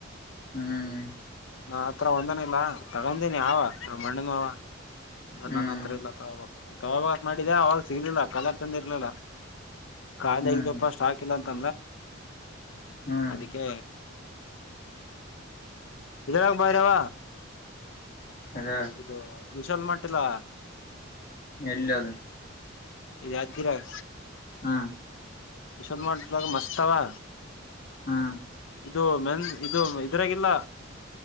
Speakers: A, on the left; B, on the left.
A: ಹ್ಮ್
B: ಹತ್ರ ಒಂದನಿಲ್ಲಾ ತಗೊಂಡೀಿನಿ ಅವ ನ ಮಣ್ಣನ ಅವ ನನ್ನ
A: ಹ್ಮ್
B: ಹತ್ರ ಇಲ್ಲವಾ ತಗಾಗತ್ ಮಾಡಿದ್ದ ಅವಾಗ ಸಿಗಲಿಲ್ಲ ಕಲರ್ ಚಂದ ಇರ್ಲಿಲ್ಲ ಖಾಲಿ
A: ಹ್ಮ್
B: ಆಗಿದಪ್ಪ ಅಷ್ಟು ಹಾಕಿಲ್ಲ ಅಂತ ತ್ತ
A: ಹ್ಮ್
B: ಅದಕ್ಕೆ ಇದ ಬರಾವ
A: ಅದ
B: ಇದು ವಿಶಾಲ್ ಮಟಿಲ್ಲಾ
A: ಎಲ್ಲ ಅದ
B: ಯಾದಗಿರಿ ಯಗ
A: ಹ್ಮ್
B: ವಿಶಾಲ ಮಾರ್ಟ್ ದಾಗ ಮಸ್ತ್ ಆವಾ
A: ಹ್ಮ್
B: ಇದು ಮೆನ್ ಇದು ಇದರಾಗಿಲ್ಲ